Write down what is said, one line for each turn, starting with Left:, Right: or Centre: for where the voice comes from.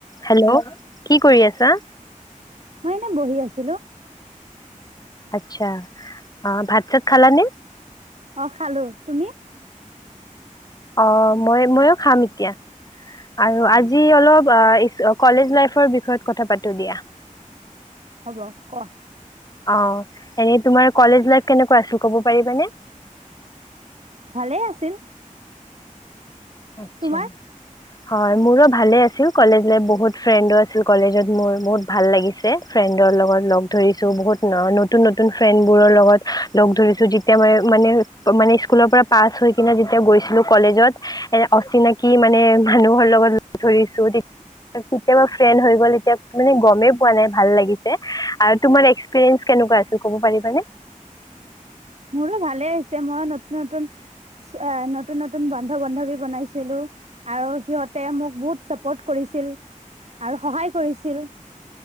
Left: Hello, কি কৰি আছা?
Right: মই এনে বহি আছিলো
Left: আচ্ছা অ, ভাত-চাত খালা নে?
Right: অ, খালো তুমি?
Left: অ, মই মইও খাম এতিয়া আৰু
Right: অ
Left: আজি অলপ কলেজ লাইফৰ বিষয়ে কথা পাতো দিয়া।
Right: হ'ব ক।
Left: অ, এনে তোমাৰ কলেজ লাইফ কেনেকুৱা আছিল কব পাৰিবানে?
Right: ভালেই আছিল।
Left: <inaudible>
Right: তোমাৰ
Left: হয়, মোৰো ভালে আছিল কলেজ লাইফ বহুত ফ্ৰেণ্ডো আছিল কলেজত মোৰ বহুত ভাল লাগিছে। ফ্ৰেণ্ডৰ লগত লগ ধৰিছোঁ বহুত ন নতুন-নতুন ফ্ৰেণ্ডবোৰৰ লগত লগ ধৰিছোঁ যেতিয়া মানে মানে মানে স্কুলৰ পৰা পাছ হৈ কিনে যেতিয়া গৈছিলো কলেজত এ, অচিনাকি মানে মানুহৰ লগত ধৰিছো কেতিয়াবা ফ্ৰেন্দ হৈ গল এতিয়া মানে গমেই পোৱা নাই ভাল লাগিছে আৰু তোমাৰ এক্সপিৰিয়েন্স কেনেকুৱা আছিল ক'ব পাৰিব নে?
Right: মোৰো ভালে হৈছে মইও নতুন নতুন এ, নতুন নতুন বন্ধ বান্ধৱী বনাইছিলো। আৰু সিহঁতে মোক বহুত চাপৰ্ট কৰিছিল আৰু সহায় কৰিছিল।